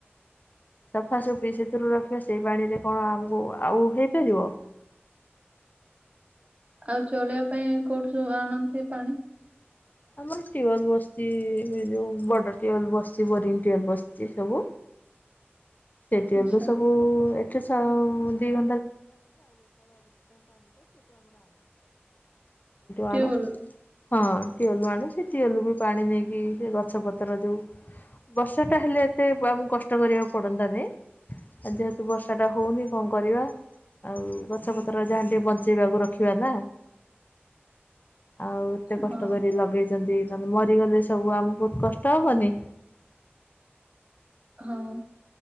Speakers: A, on the left; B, on the right.
A: ସଫାସଫି ସେଥିରୁ ରଖିବା ସେଇ ପାଣିରେ କଣ ଆମକୁ ଆଉ ହେଇପାରିବ।।
B: ଆଉ ଚଳିବା ପାଇଁ କୋଉଠୁ ସବୁ ଆଣନ୍ତି ପାଣି?
A: ଆମର ଟ୍ୟୁୱଲ୍ ବସିଛି ଏ ଯେଉ ବଡ଼ ଟ୍ୟୁୱେଲ୍ ବସିଛି ବୋରିଙ୍ଗ ଟ୍ୟୁୱଲ୍ ବସିଛି ସବୁ। ସେ ଟ୍ୟୁୱେଲ
B: ଆଚ୍ଛା
A: ରୁ ସବୁ ଏଠି ଆଉ। ସେଇଠୁ ଆଣୁ।
B: ଟ୍ୟୁବୱେଲରୁ
A: ହଁ ଟିୱଲ୍ ରୁ ଆଣୁ ସେ ଟଟିୱଲ ବି ପାଣି ନେଇକି ସେ ଗଛ ପତ୍ର ଯୋଉ ବର୍ଷା ଟା ହେଲେ ଏତେ ଆମକୁ କଷ୍ଟ କରିବାକୁ ପଡନ୍ତାନେଇ। ଆ ଯେହେତୁ ବର୍ଷା ଟା ହୋଉନି କଁ କରିବା? ଆଉ ଗଛପତ୍ର ଯାହା ଟିକେ ବଞ୍ଚେଇବାକୁ ରଖିବା ନା। ଆଉ ଏତେ କଷ୍ଟ
B: ହଁ
A: କରି ଲଗେଇଚ ଚି ନନେ ମରିଗନେ ସବୁ ଆମୁକୁ କଷ୍ଟ ହବନି?
B: ହଁ।